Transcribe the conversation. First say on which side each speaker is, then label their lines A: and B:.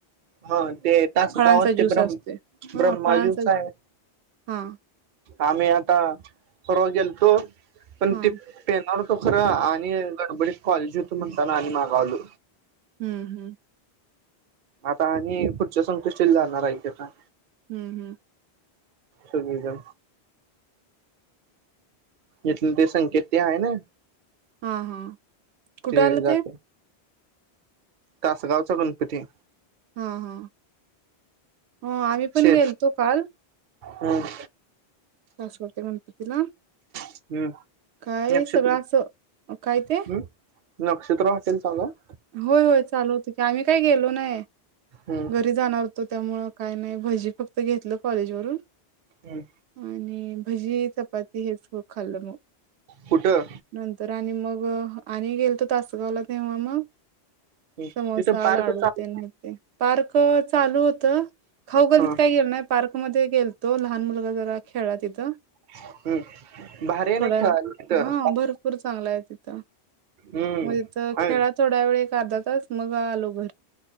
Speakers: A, on the right (about 55°); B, on the right (about 80°).
A: हा ते तासगावात
B: फळांचा
A: ते
B: ज्यूस
A: ब्रह्म
B: असतोय
A: ब्रह्माजूच
B: हा फळांचा
A: आहे
B: हा.
A: आम्ही आता परवा गेलतो. पण
B: हा
A: ते पेनावर तो खरं आणि गडबडीत कॉलेजी होत म्हणताना आणि मागावलो.
B: हम्म हम्म.
A: आता आणि पुढच्या संकष्टीला जाणार आहे कि आता.
B: हम्म हम्म
A: सुविधा. इथलं ते संकेत ते आहे ना.
B: हा हा. कुठं
A: ते
B: आलं
A: जात. तासगावचा गणपती.
B: हा हा ह आम्ही पण
A: शे
B: गेलतो काल.
A: हम्म.
B: तासगावच्या गणपतीला.
A: हम्म
B: काय
A: नक्षत्र
B: सगळ्यांचं काय ते?
A: हम्म नक्षत्र हॉटेल चालू हाय?
B: होय होय चालू होते आम्ही काही गेलो नाही.
A: हम्म
B: घरी जाणार तो त्यामुळ काय नाही भजी फक्त घेतलं कॉलेजवरून
A: हम्म
B: आणि भजी, चपाती ते हेच खाल्लं मग
A: कुठं
B: नंतर आणि मग आणि गेलतो तासगावला तेव्हा मग
A: हम्म
B: समोसा
A: तिथं पार्क
B: लाडू
A: चालू
B: तेनवते पार्क चालू हो तं खौगलीत
A: हा
B: काय गेलो नाही पार्क मध्ये गेलतो लहान मुलगा जरा खेळाला तिथं.
A: हम्म. भारी आहे ना
B: थोड्या
A: खेळायला तिथं
B: हं भरपूर चांगला आहे तिथ
A: हम्म
B: मग तिथ
A: आहे
B: खेळात एक अर्धा तास मग आलो.